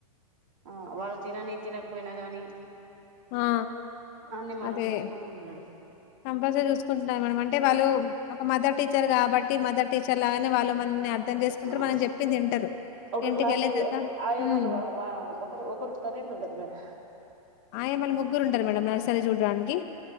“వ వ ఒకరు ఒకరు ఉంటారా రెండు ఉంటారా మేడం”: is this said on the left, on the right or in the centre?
Right